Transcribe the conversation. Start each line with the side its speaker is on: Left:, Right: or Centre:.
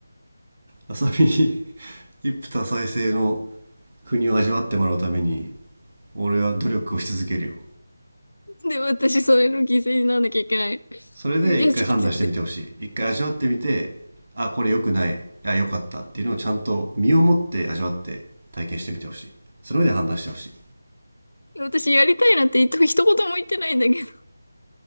Right: 浅見に <laughs> 一夫多妻制の国を味わってもらうために俺は努力をし続けるよ
Left: で、私、それの犠牲にならなきゃいけない。
Right: それで一回判断してみてほしい。
Left: いや、ちょっと言って。
Right: 一回味わってみて、あ、これ良くない、あ、良かったっていうのをちゃんと身をもって味わって体験してみてほしい。その上で判断してほしい。
Left: 私、やりたいなんて一言も言ってないんだけど。